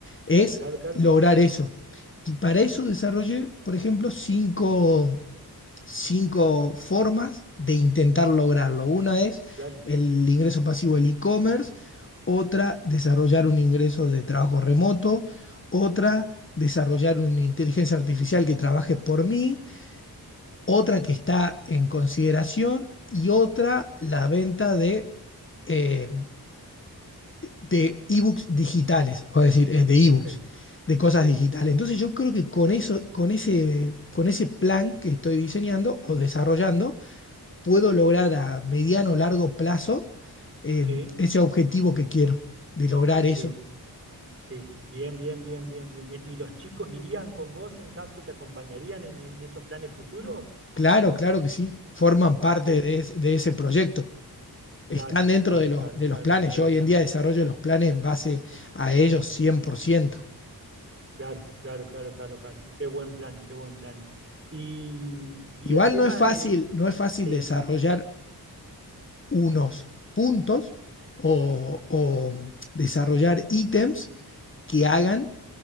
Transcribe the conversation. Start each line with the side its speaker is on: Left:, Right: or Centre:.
Left: es
Right: Claro, claro,
Left: lograr eso. Y para eso desarrollé, por ejemplo, cinco cinco formas de intentar lograrlo. Una es
Right: claro.
Left: el ingreso pasivo del e-commerce, otra desarrollar un ingreso de trabajo remoto, otra desarrollar una inteligencia artificial que trabaje por mí, otra que está en consideración y otra la venta de, eh, de ebooks digitales, o decir, eh, de
Right: Ok,
Left: ebooks. de cosas
Right: sí,
Left: digitales. Entonces yo creo que con eso, con ese, con ese plan que estoy diseñando o desarrollando, puedo lograr a mediano o largo plazo eh,
Right: sí,
Left: ese objetivo que quiero, de lograr
Right: sí.
Left: eso.
Right: Sí, bien, bien, bien, bien, bien, bien. ¿Y los chicos irían con vos en caso te acompañarían en, en esos planes futuros?
Left: Claro, claro que sí, forman parte
Right: Qué-
Left: de, es- de ese proyecto,
Right: Claro,
Left: están dentro
Right: claro,
Left: de los,
Right: claro,
Left: de
Right: claro,
Left: los planes.
Right: claro,
Left: Yo hoy
Right: claro,
Left: en día desarrollo los planes en base a ellos 100%.
Right: claro, claro, claro, claro, claro. Qué buen plan, qué buen plan. Y, y
Left: Igual
Right: el tema
Left: no es fácil,
Right: de,
Left: no es fácil
Right: sí,
Left: desarrollar unos puntos o, o desarrollar ítems que hagan